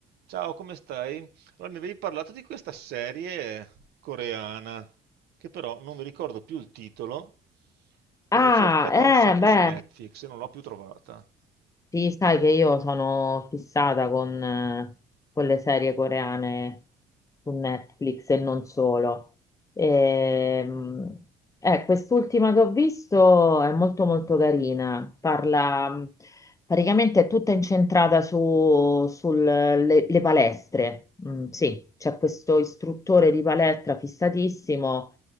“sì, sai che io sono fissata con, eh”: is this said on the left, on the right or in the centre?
Left